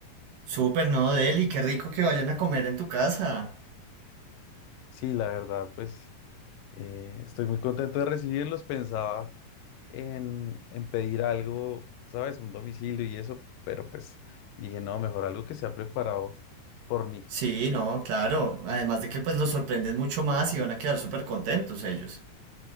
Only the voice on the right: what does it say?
Súper, ¿no, Deli? Qué rico que vayan a comer en tu casa.
Sí, no, claro. Además de que pues los sorprenden mucho más y van a quedar súper contentos ellos.